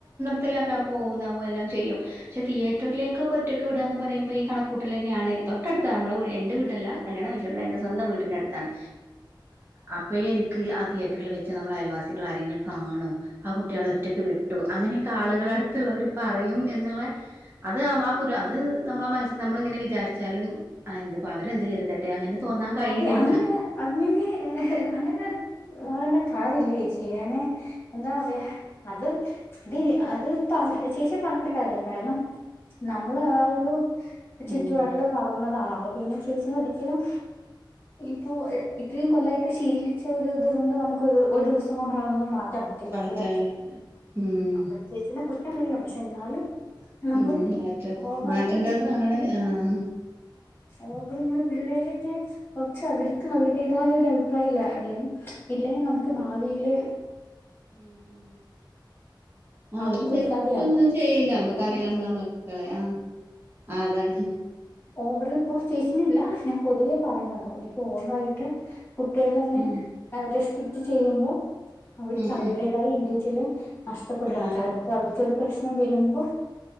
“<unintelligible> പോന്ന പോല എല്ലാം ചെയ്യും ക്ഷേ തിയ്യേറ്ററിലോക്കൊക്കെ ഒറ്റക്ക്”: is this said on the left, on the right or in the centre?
Right